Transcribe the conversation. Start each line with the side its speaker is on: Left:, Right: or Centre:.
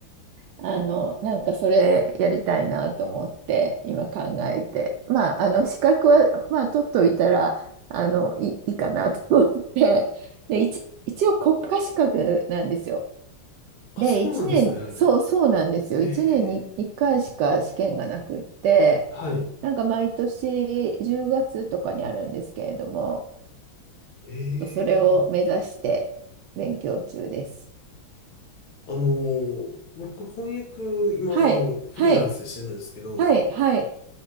Right: あの、なんかそれやりたいなと思って今考えて、まあ、あの資格は、まあ、取っといたらあのいい、いいかなと思って、で、一、一応国家資格なんですよ。
Left: あ、
Right: で、
Left: そうなんですね、
Right: 1年、
Left: あれ。
Right: そう、そうなんですよ。
Left: へえ、
Right: 1年に1回しか試験がなくって、
Left: はい。
Right: なんか毎年10月とかにあるんですけれども、
Left: え
Right: ちょっとそれを目指して勉強中です。
Left: え、あのー、僕、翻訳、今、
Right: はい、
Left: あの、フリーランスでしてるんですけど、
Right: はい、はい、はい、